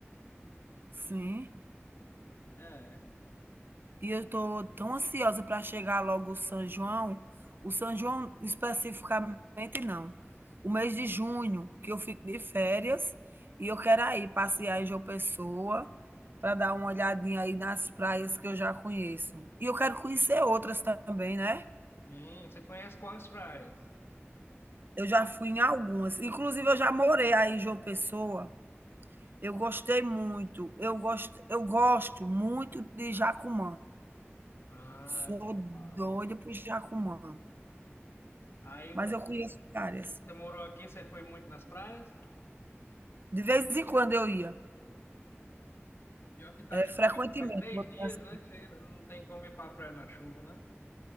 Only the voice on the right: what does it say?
Sim.
E eu tô tão ansiosa para chegar logo o São João. O São João especificamente não. O mês de junho, que eu fico de férias, e eu quero aí passear em João Pessoa para dar uma olhadinha aí nas praias que eu já conheço. E eu quero conhecer outras também, né?
Eu já fui em algumas. Inclusive, eu já morei aí em João Pessoa. Eu gostei muito, eu gosto eu gosto muito de Jacumã,
sou
doida
por Jacumã,
mas
eu conheço áreas.
De vez em quando eu ia,
É
frequentemente,
vou
dizer assim